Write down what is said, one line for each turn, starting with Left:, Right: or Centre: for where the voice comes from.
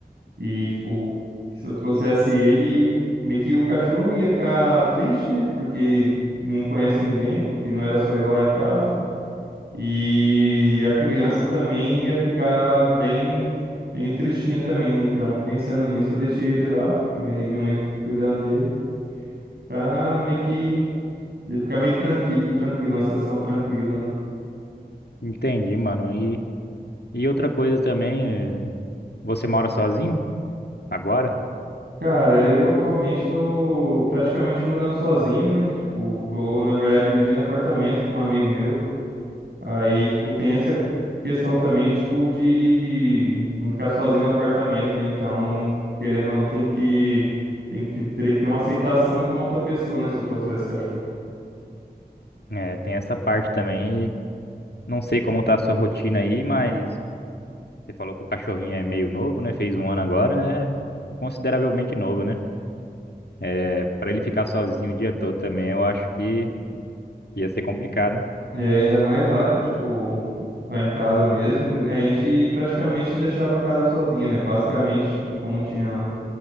Right: E, tipo, se eu trouxesse ele, meio que o cachorro ia ficar triste, né? Porque não conhece ninguém, porque não era só eu lá em casa. E a criança também ia ficar bem, bem tristinha também, né? Então, pensando nisso, eu deixei ele lá, e aí minha mãe cuidando dele, pra meio que. Ele ficar meio que tranqui tranquilo, uma situação tranquila, né?
Left: Entendi, mano. E, e outra coisa também, é, você mora sozinho agora?
Right: Cara, eu atualmente tô praticamente morando sozinho, né? Tipo, tô, na verdade, dividindo apartamento com um amigo meu. Aí, tipo, tem essa questão também, tipo, de não ficar sozinho no apartamento, né? Então, querendo ou não, tem que, tem que, teria que ter uma aceitação de uma outra pessoa, né? Se eu trouxer esse cachorro.
Left: É, tem essa parte também. E não sei como tá a sua rotina aí, mas você falou que o cachorrinho é meio novo, né? Fez um ano agora, é consideravelmente novo, né? É, para ele ficar sozinho o dia todo também, eu acho que ia ser complicado.
Right: É, ainda mais lá que, tipo, lá em casa mesmo, a gente praticamente não deixava a casa sozinha, né? Basicamente, tipo, como tinha.